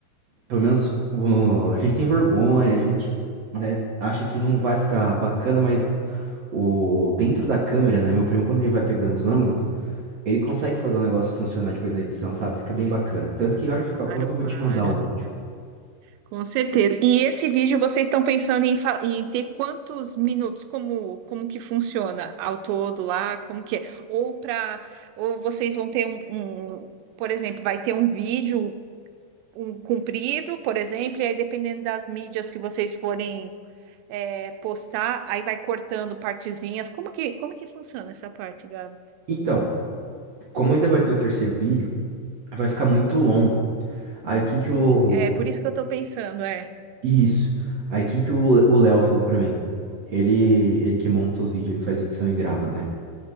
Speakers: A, on the right; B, on the right.
A: Pelo menos o- a gente tem vergonha, a gente, né, acha que não vai ficar bacana, mas o dentro da câmera, né, meu primo, quando ele vai pegando os ângulos, ele consegue fazer o negócio funcionar depois na edição, sabe? Fica bem bacana. Tanto que
B: Claro,
A: a hora que ficar pronto, eu
B: claro.
A: vou te mandar o vídeo.
B: Com certeza. E esse vídeo vocês estão pensando em, fa- em ter quantos minutos? Como, como que funciona ao todo lá? Como que é? Ou para, ou vocês vão ter um, um- por exemplo, vai ter um vídeo um comprido, por exemplo, e aí dependendo das mídias que vocês forem é, postar, aí vai cortando partezinhas. Como que, como que funciona essa parte, Gabi?
A: Então, como ainda vai ter o terceiro vídeo, vai ficar muito longo. Aí o que que
B: Sim,
A: eu,
B: é por isso que eu estou pensando, é,
A: Isso. Aí que que o o Léo falou pra mim? Ele, ele que monta os vídeos, ele que faz edição e grava, né?